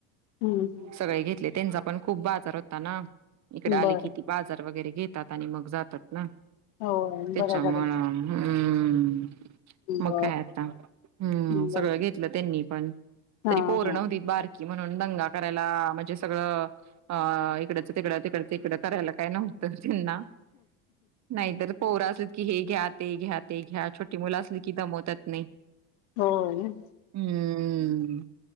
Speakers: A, on the left; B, on the right.
A: हम्म हम्म.
B: सगळे घेतले. त्यांचा पण खूप बाजार होता ना इकडे आले
A: बरं
B: किती बाजार वगैरे घेतात आणि मग जातात ना
A: होय
B: ते
A: बरोबर
B: चमाळा
A: आहे
B: हम्म मग
A: बर
B: काय आता हम्म
A: बर
B: सगळं घेतलं त्यांनी पण
A: हा
B: तरी पोर
A: हा
B: नव्हती बार कि म्हणून दंगा करायला म्हणजे सगळं अ इकडच तिकड तिकडच इकडं करायला काय नव्हतं त्यांना नाहीतर पोरा असलीत की हे घ्या ते घ्या ते घ्या छोटी मुलं असली की दमवतात नाही.
A: होय हम्म
B: हम्म